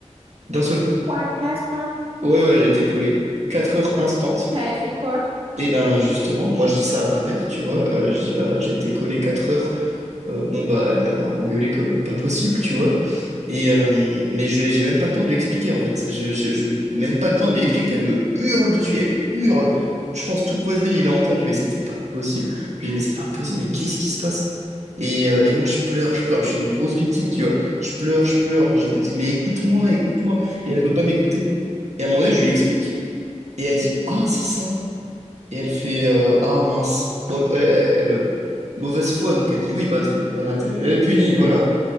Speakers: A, on the right (about 70°); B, on the right (about 50°).
A: D'un seul coup.
B: 3, 4
A: Ouais, ouais, j'ai été collé 4 heures instantes.
B: T'avais fait quoi?
A: Et ben justement, moi je dis ça à ma mère, tu vois. euh, je dis bah j'ai été collé 4 heures. Euh, bon bah elle m'a engueulé comme pas possible, tu vois. Et euh, mais je- j'ai même pas le temps de lui expliquer en fait. Je, je, je- même pas le temps de lui expliquer. Elle me hurle dessus, elle hurle. Je pense tout le voisinage il a entendu, mais c'était pas possible. Je lui dis mais c'est pas possible, mais qu'est-ce qui se passe? Et, euh, et moi je pleure, je pleure, je suis une grosse victime, tu vois. Je pleure, je pleure, je me dis mais écoute-moi, écoute-moi. Et elle veut pas m'écouter. Et à un moment donné, je lui explique. Et elle dit, ah, c'est ça. Et elle fait, euh, ah, mince. Bon, elle, elle- elle, euh, mauvaise foi, donc elle me dit, oui, bah, t'es, voilà, t'es elle est punie, voilà.